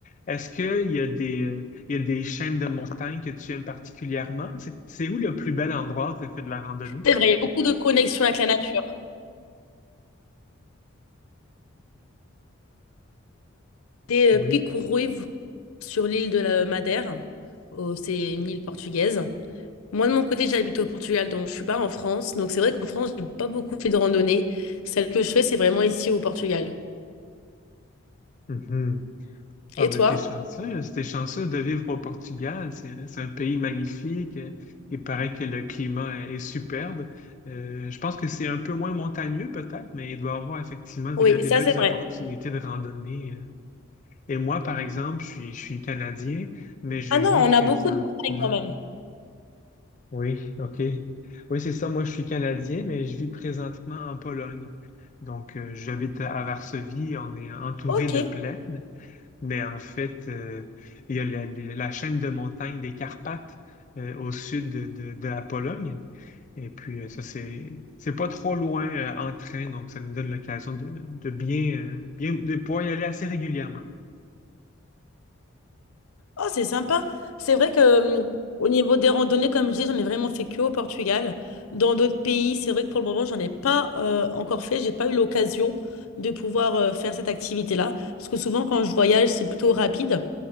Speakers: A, on the left; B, on the left.
A: Est-ce qu'il y a des, euh, il y a des chaînes de montagnes que tu aimes particulièrement? C'est c'est où le plus bel endroit où tu as fait de la randonnée?
B: C'est vrai, il y a beaucoup de connexions avec la nature. Des
A: Oui.
B: Picourouy sur l'île de la Madère, Oh, c'est une île portugaise. Moi, de mon côté, j'habite au Portugal, donc je suis pas en France. Donc c'est vrai qu'en France, j'ai pas beaucoup fait de randonnée. Celle que je fais, c'est vraiment ici au Portugal.
A: Mhm.
B: Et
A: Ah ben
B: toi?
A: t'es chanceuse, t'es chanceuse de vivre au Portugal. C'est c'est un pays magnifique. euh, Il paraît que le climat est, est superbe. Euh, je pense que c'est un peu moins montagneux peut-être, mais il doit y avoir effectivement des,
B: Oui,
A: des
B: ça
A: belles
B: c'est vrai.
A: opportunités de randonnée. euh. Et moi, par exemple, je suis, je suis Canadien, mais je
B: Ah
A: vis
B: non, on
A: présentement.
B: a beaucoup de montagnes quand même.
A: Oui, OK. Oui, c'est ça. Moi, je suis Canadien, mais je vis présentement en Pologne. Donc, euh, j'habite à à Varsovie. On est entouré
B: Ok.
A: de plaines, mais en fait, euh, il y a la, la- la chaîne de montagnes des Carpates euh, au sud de, de- de la Pologne. Et puis, euh, ça, c'est, c'est pas trop loin euh, en train, donc ça nous donne l'occasion de, de bien, euh, bien, de pouvoir y aller assez régulièrement.
B: Oh, c'est sympa. C'est vrai que hum, au niveau des randonnées, comme je dis, j'en ai vraiment fait que au Portugal. Dans d'autres pays, c'est vrai que pour le moment, j'en ai pas euh, encore fait. J'ai pas eu l'occasion de pouvoir euh, faire cette activité-là. Parce que souvent, quand je voyage, c'est plutôt rapide.